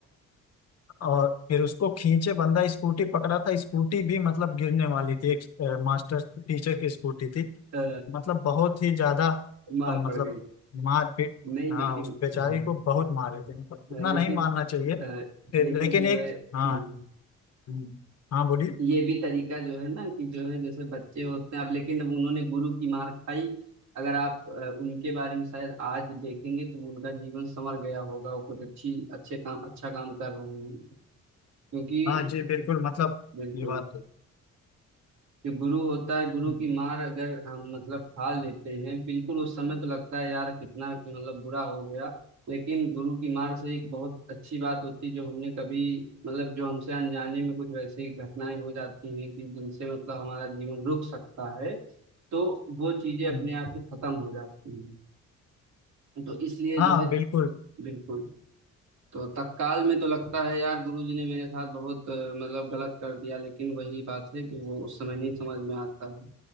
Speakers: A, on the left; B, on the right.
A: और फिर उसको खींचे बंदा स्कूटी पकड़ा था स्कूटी भी मतलब गिरने वाली थी एक अ, मास्टर टीचर की स्कूटी थी
B: अ,
A: मतलब बहुत ही ज्यादा
B: मार
A: अ, मतलब
B: पड़ गई।
A: मार पीट
B: नहीं
A: हाँ
B: लेकिन
A: उस बेचारी
B: हाँ,
A: को बहुत मारे थे मतलब इतना
B: लेकिन
A: नहीं मारना चाहिए
B: अ,
A: फिर
B: लेकिन
A: लेकिन
B: जो
A: एक
B: है हुँ।
A: हाँ हम्म, हाँ बोलिए
B: ये भी तरीका जो है ना कि जो है जैसे बच्चे होते हैं अब लेकिन अब उन्होंने गुरु की मार खाई अगर आप अ, उनके बारे में शायद आज देखेंगे तो उनका जीवन संवर गया होगा वो कुछ अच्छी अच्छे काम अच्छा काम कर रहे हैं क्योंकि
A: हाँ जी बिल्कुल मतलब
B: बिल्कुल
A: ये बात तो
B: जो गुरु होता है गुरु
A: हम्म,
B: की मार अगर हम मतलब खा लेते हैं बिल्कुल उस समय तो लगता है यार कितना मतलब बुरा हो गया लेकिन गुरु की मार से एक बहुत अच्छी बात होती है जो हमने कभी मतलब जो हमसे अनजाने में कुछ वैसी घटनाएं हो जाती हैं कि जिनसे मतलब हमारा जीवन रुक सकता है तो वो चीजें
A: हम्म,
B: अपने आप ही खत्म हो जाती हैं तो इसलिए
A: हाँ
B: जो है
A: बिल्कुल
B: बिल्कुल तो तत्काल में तो लगता है यार गुरुजी ने मेरे साथ बहुत अ, मतलब गलत कर दिया लेकिन वही बात है कि वो उस समय नहीं समझ में आता है